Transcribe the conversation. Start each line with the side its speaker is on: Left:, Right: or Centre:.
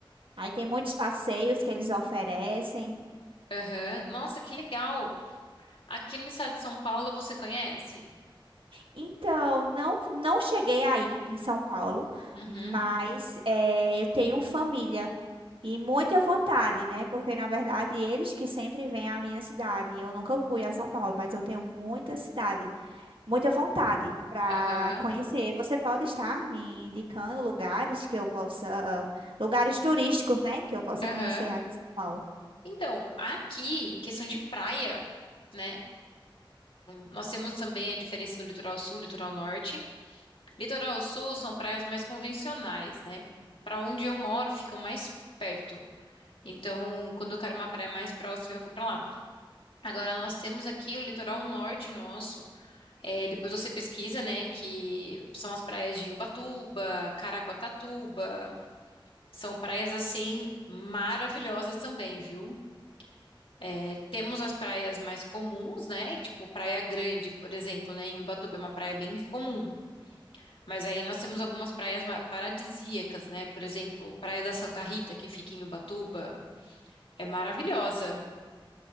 Right: Aí tem muitos passeios que eles oferecem.
Left: Aham. Nossa, que legal! Aqui no estado de São Paulo você conhece?
Right: Então, não, não cheguei aí em São Paulo,
Left: Uhum.
Right: mas eh, eu tenho família e muita vontade, né? Porque na verdade eles que sempre vêm à minha cidade. Eu nunca fui a São Paulo, mas eu tenho muita cidade, muita vontade para
Left: Aham.
Right: conhecer. Você pode estar me indicando lugares que eu possa, lugares turísticos, né? Que eu possa
Left: Aham.
Right: conhecer aí em São Paulo.
Left: Então, aqui, questão de praia. né? Nós temos também a diferença do litoral sul e litoral norte. Litoral sul são praias mais convencionais, né? Para onde eu moro, ficam mais perto. Então, quando eu quero uma praia mais próxima, eu vou para lá. Agora, nós temos aqui o litoral norte nosso. É, depois você pesquisa, né? Que são as praias de Ubatuba, Caraguatatuba. São praias assim maravilhosas também, viu? É, temos as praias mais comuns, né? Tipo, Praia Grande, por exemplo, né? Em Ubatuba é uma praia bem comum. Mas aí nós temos algumas praias ma- paradisíacas, né? Por exemplo, Praia da Santa Rita, que fica em Ubatuba, é maravilhosa.